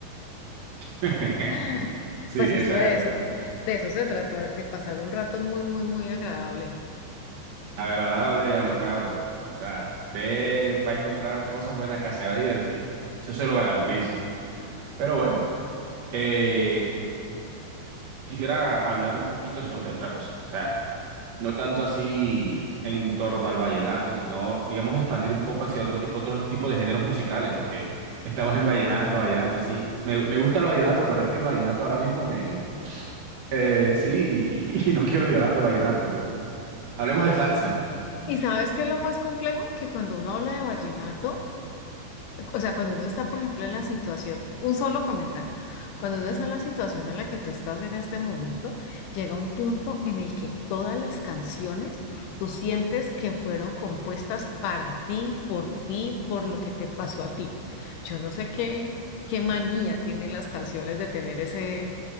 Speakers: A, on the right; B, on the left.
A: <laughs>
B: <laughs>
A: Sí,
B: Pues es
A: o sea,
B: que de eso, de eso se trata, de pasar un rato muy, muy, muy agradable.
A: agradable y alocado. O sea, usted va a encontrar cosas buenas acá, se va a divertir. Eso se lo garantizo. Pero bueno. Eh, quisiera hablar un poquito sobre otra cosa, o sea, no tanto así en torno al vallenato, sino, digamos, expandir un poco hacia otro, ti- otros tipos de géneros musicales, porque estamos en vallenato, vallenato, sí, me, me gusta el vallenato, pero es que el vallenato ahora mismo me, eh, sí, <laughs> y no quiero llorar de vallenato, pues. Hablemos de salsa,
B: Y sabes qué es lo más complejo, que cuando uno habla de vallenato, o sea, cuando uno está, por ejemplo, en la situación, un solo comentario, cuando uno está en la situación en la que tú estás en este momento, llega un punto en el que todas las canciones tú sientes que fueron compuestas para ti, por ti, por lo que te pasó a ti. Yo no sé qué, qué manía tienen las canciones de tener ese,